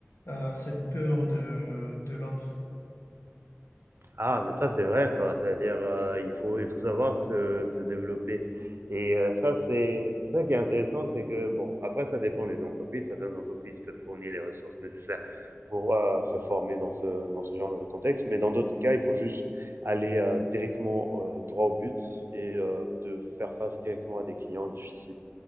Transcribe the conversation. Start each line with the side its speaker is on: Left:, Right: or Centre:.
Left: euh, cette peur de, de l'autre.
Right: Ah, mais ça c'est vrai, quoi. C'est-à-dire, euh, il faut il faut savoir se, se développer. Et euh, ça c'est c'est ça qui est intéressant, c'est que bon, après ça dépend des entreprises. Certaines entreprises te fournissent les ressources nécessaires pour euh, se former dans ce dans ce genre de contexte, mais dans d'autres cas, il faut juste aller euh, directement euh, droit au but et euh, de faire face directement à des clients difficiles.